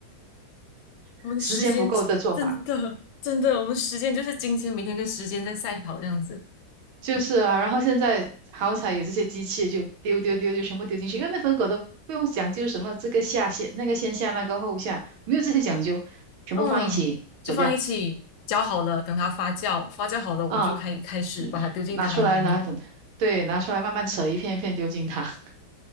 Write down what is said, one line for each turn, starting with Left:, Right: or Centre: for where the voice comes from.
Left: 我们的时间真的真的，
Right: 时间不够的做法。
Left: 我们时间就是金钱，每天跟时间在赛跑这样子。
Right: 就是啊，然后现在好彩有这些机器，就丢丢丢就全部丢进去，因为面粉狗都不用讲究什么这个下线、那个先下、那个后下，没有这些讲究，全部放一起走掉
Left: 嗯，就放一起搅好了，等它发酵，发酵好了，我就可以开始把它丢进汤里面。
Right: 啊，嗯，拿出来，然后等，对，拿出来慢慢扯一片一片丢进它。<laughs>